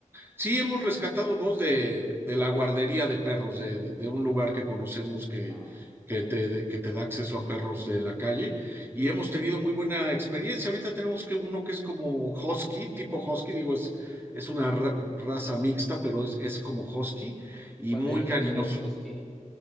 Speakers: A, on the right; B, in the centre.
A: Sí, hemos rescatado dos de, de la guardería de perros, de, de un lugar que conocemos que,
B: Ah,
A: que te, que te da acceso a perros de la calle y hemos tenido muy buena experiencia. Ahorita tenemos que uno que es como husky, tipo husky, digo, es, es una ra- raza mixta, pero es, es como husky y
B: ¿cuál
A: muy
B: sería el
A: cariñoso.
B: nombre de su husky?